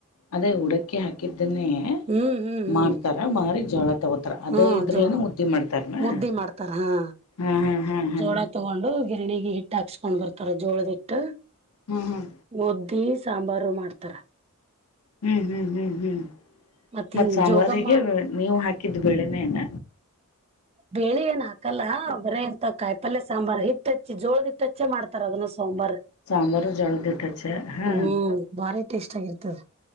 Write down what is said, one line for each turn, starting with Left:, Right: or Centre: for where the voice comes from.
Left: ಅದೇ ಹಡಕ್ಕಿ ಹಾಕಿದ್ದನೇ
Right: ಹ್ಮ್ ಹ್ಮ್ ಹ್ಮ್
Left: ಮಾರ್ತಾರ ಮಾರಿ ಜೋಳ ತಗೋತಾರ ಅದು
Right: ಹಾ
Left: ಇದ್ರಲನೆ
Right: ಜೋಳ
Left: ಮುದ್ದಿ ಮಾಡ್ತಾರ ಹ್ಮ್
Right: ಮುದ್ದಿ ಮಾಡ್ತಾರ ಹಾ
Left: ಹಾ್ ಹಾ್ ಹಾ
Right: ಜೋಳ ತಗೊಂಡು ಗಿರಣಿಗೆ ಹಿಟ್ಟ ಹಾಕ್ಸ್ಕೊಂಡ್ ಬರ್ತಾರ ಜೋಳದಿಟ್ಟ
Left: ಹ್ಮ್ ಹ್ಮ್
Right: ಮುದ್ದಿ ಸಾಂಬಾರು ಮಾಡ್ತಾರ
Left: ಹ್ಮ್ ಹ್ಮ್ ಹ್ಮ್ ಹ್ಮ್
Right: ಮತ್ತ
Left: ಮತ್
Right: ಹಿಂಗ್
Left: ಸಾಂಬಾರಿಗೆ
Right: ಜೋಗಮ್ಮ
Left: ನೀವು ಹಾಕಿದ್ದ ಬೆಳೆನೇ ನ
Right: ಬಳಿ ಏನ್ ಹಾಕಲ್ಲ ಬರ ಎಂತ ಕಾಯ್ ಪಲ್ೆ ಸಾಂಬಾರ್ು ಇತ್ತತಿ ಜೋಳದಿಟ್ಟಚ್ಚೆ ಮಾಡ್ತಾರ ಅಗನ ಸಾಂಬಾರ್
Left: ಸಾಂಬಾರು ಜೋಳದ ಹಿಟ್ಟ ಹಚ್ಚ ಹಾ
Right: ಹ್ಮ್ ಬಾರಿ ಟೇಸ್ಟ್ ಆಗಿರ್ತದ